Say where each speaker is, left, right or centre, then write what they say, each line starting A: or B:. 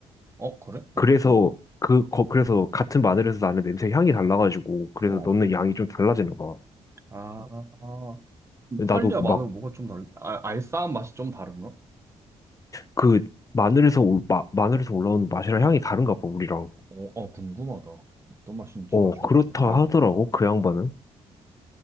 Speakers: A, on the right; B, on the left.
A: 어, 그래? 어떤,
B: 그래서 그, 거, 그래서 같은 마늘에서 나는 냄새 향이 달라가지고, 그래서
A: 어.
B: 넣는 양이 좀 달라지는 거야.
A: 아, 아. 이탈리아
B: 나도 막
A: 마늘은 뭐가 좀 다른, 아, 알싸한 맛이 좀 다른가?
B: 그 마늘에서 올- 마, 마늘에서 올라오는 맛이랑 향이 다른가 봐 우리랑.
A: 어, 어, 궁금하다. 어떤 맛인지
B: 어
A: 나중에
B: 그렇다
A: 한번 봐야겠네.
B: 하더라고 그 양반은.